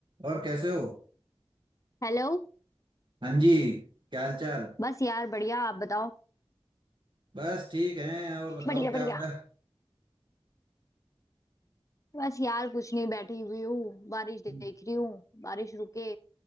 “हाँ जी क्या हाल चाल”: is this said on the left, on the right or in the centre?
Right